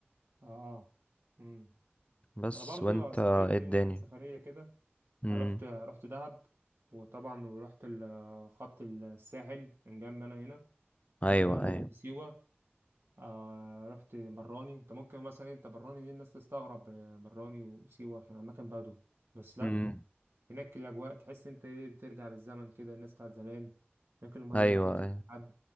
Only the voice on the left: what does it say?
بس
وانت
ايه الدنيا
امم
ايوه
ايوه
امم
ايوه
ايوه